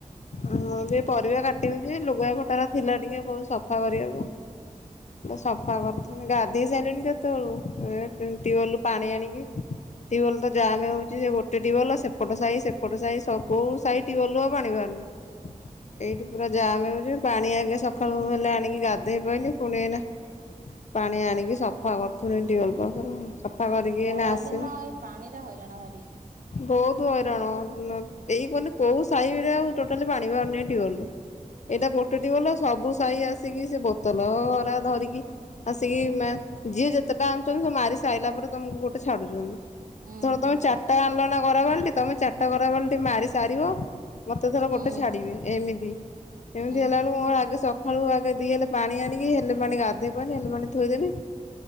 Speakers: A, on the left; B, on the right.
A: ହୁଁ ଏବେ ପରିବା କାଟିିବିକି ଲୁଗାପଟାରା ଥିଲା ଟିକେ ବହୁତ୍ ସଫା କରିବାକୁ। ସଫା କରୁଥିଲି ଗାଧେଇ ସାଇଲିଣି କେତେବେଳୁ। ଏଁ ଟ୍ୟୁ
B: ହୁଁ
A: ଟ୍ୟୁୱଲରୁ ପାଣି ଆଣିକି ଟ୍ୟୁୱଲ୍ ତ ଜାମ୍ ହେଉଛି ଯେ ଗୋଟେ ଟ୍ୟୁୱଲ ସେପଟ ସାହି ସେପଟ ସାହି ସବୁ ସାହି ଟ୍ୟୁୱଲରୁ ଆଉ ପାଣି ବାହାରୁନି।
B: <inaudible>
A: ଏଇଠି ପୁରା ଜାମ୍ ହେଉଛି ପାଣି ଆଗେ ସକାଳୁ ହେଲେ ଆଣିକି ଗାଧେଇ ପାରୁନି। ପୁଣି ଏଇନା ପାଣି ଆଣିକି ସଫା କରୁଥିଲି ଟ୍ୟୁୱଲ ପାଖରେ। ସଫା କରିକି
B: ଏ ଖରା
A: ଏଇନା ଆସିଲି।
B: ଦିନ ଏଇ ପାଣିରେ ହଇରାଣ ଭାରି
A: ବହୁତ ହଇ୍ ରାଣ ନ ଏଇ ମାନେ କୋଉ ସାହିରେ ଆଉ ଟୋଟାଲୀ ପାଣି ବାହାରୁନି ଟ୍ୟୁୱଲରୁ।
B: ହୁଁ।
A: ଏଇଟା ଗୋଟେ ଟ୍ୟୁୱଲ୍ ସବୁ ସାହି ଆସିକି ସେ ବୋତଲ ହରା ଧରିକି ଆସିକି ମେ ଯିଏ ଯେତେଟା ଆଣୁଛନ୍ତି ସବୁ ମାରି ସାଇଲା ପରେ ତମକୁ ଗୋଟେ ଛାଡୁଛନ୍ତି।
B: ହୁଁ
A: ଥର
B: ହୁଁ
A: ତମେ ଚାରିଟା ଆଲନା ଗରା ବାଲ୍ଟି ତ ତମେ ଚାରିଟା ଗରା ବାଲ୍ଟି ମାରି ସାରିବ ମତ୍ ତ ଧର
B: ହୁଁ
A: ଗୋଟେ ଛାଡ଼ିବି ଏମିତି। ଏମିତି
B: ହୁଁ
A: ହେଲା
B: ହୁଁ
A: ବେଳକୁ ମୋର ଆଜି ସକ୍ ସକାଳୁ ଆଗେ ଦିହେଲେ ପାଣି ଆଣିକି ହେଲେ ପାଣି ଗାଧେଇ ପାଣି ହେଲେ ପାଣି ଥୋଇଦେଲି।